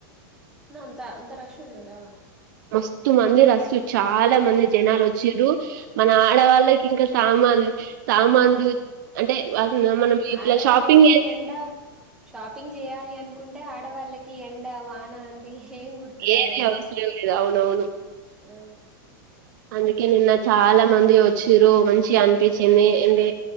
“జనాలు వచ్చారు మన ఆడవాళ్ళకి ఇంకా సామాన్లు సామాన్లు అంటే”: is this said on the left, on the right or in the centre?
Right